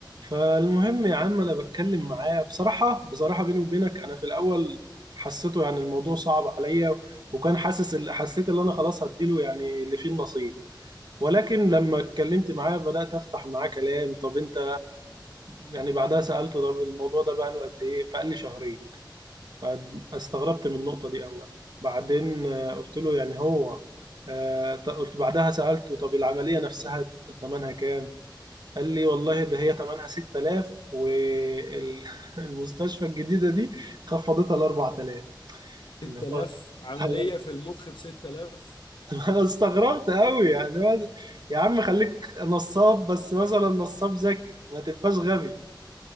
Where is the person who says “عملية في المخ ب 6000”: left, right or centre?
Left